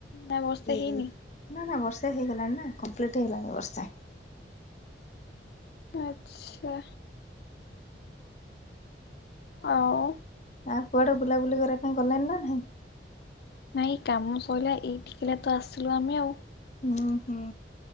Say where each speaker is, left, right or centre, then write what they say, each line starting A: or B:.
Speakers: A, on the left; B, on the left.
A: ନା ବର୍ଷେ
B: ଏଇ
A: ହେଇନି
B: ନା ନା ବର୍ଷେ ହେଇଗଲାଣି ନା କମ୍ପ୍ଲିଟ ହେଇଗଲଣି ବର୍ଷେ।
A: ଆଚ୍ଛା। ଆଉ
B: ଆଉ କୁଆଡେ ବୁଲାବୁଲି କରିବା ପାଇଁ ଗଲେଣି ନା ନାହିଁ?
A: ନାଇ କାମ ସରିଲା ଏଇଠିକିଲା ତ ଆସିଲୁ ଆମେ ଆଉ।
B: ହୁଁ ହୁଁ।